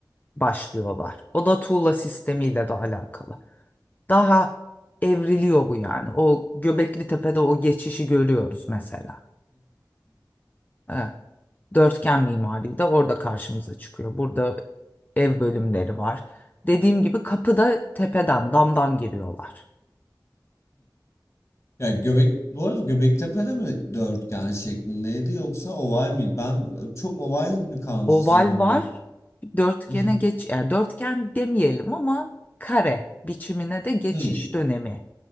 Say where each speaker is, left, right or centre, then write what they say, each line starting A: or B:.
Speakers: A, on the left (about 25°); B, on the left (about 40°).
A: başlıyorlar. O da tuğla sistemiyle de alakalı. Daha evriliyor bu yani. O Göbekli Tepe'de o geçişi görüyoruz mesela. Evet. Dörtgen mimari de orada karşımıza çıkıyor. Burada ev bölümleri var. Dediğim gibi kapıda tepeden, damdan giriyorlar.
B: Ya göbek bu arada Göbektepe'de mi dörtgen şeklindeydi yoksa oval miydi? Ben çok oval gibi kalmış
A: Oval
B: zihnimde.
A: var. Dörtgene
B: <laughs>
A: geç, yani dörtgen demeyelim ama kare biçimine de geçiş
B: Hmm,
A: dönemi